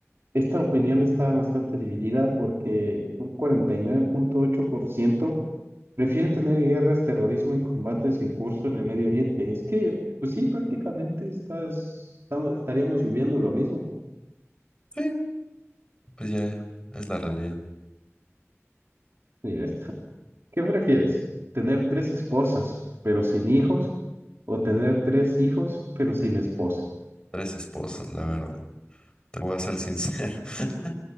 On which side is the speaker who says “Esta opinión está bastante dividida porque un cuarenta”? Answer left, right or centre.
Right